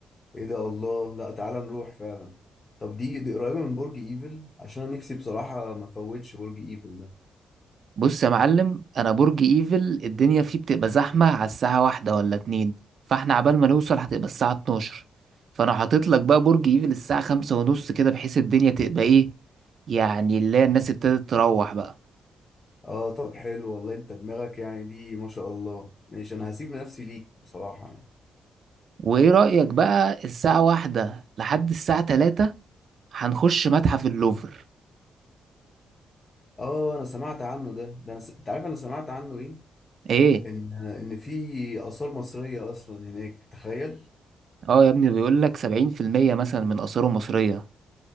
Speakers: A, on the left; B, on the right.
A: ايه ده الله لا تعالى نروح فعلا طب دي دي قريبة من برج ايفل عشان أنا نفسي بصراحة ما فوتش برج ايفل ده
B: بص يا معلم انا برج ايفل الدنيا فيه بتبقى زحمه على الساعه واحدة ولا اتنين فاحنا عبال ما نوصل هتبقى الساعه 12 فانا حاطط لك بقى برج ايفل الساعه خمسة ونص كده بحيث الدنيا تبقى ايه يعني اللي هي الناس ابتدت تروح بقى
A: اه طب حلو والله انت دماغك يعني دي ما شاء الله ماشي انا هسيب نفسي ليك بصراحة يعني
B: وايه رايك بقى الساعه واحدة لحد الساعه 3 هنخش متحف اللوفر
A: اه انا سمعت عنه ده ده انا س... انت عارف انا سمعت عنه ايه
B: ايه
A: ان ان في آثار مصرية اصلا هناك تخيل
B: اه يا ابني بيقول لك 70% مثلا من اثاره مصريه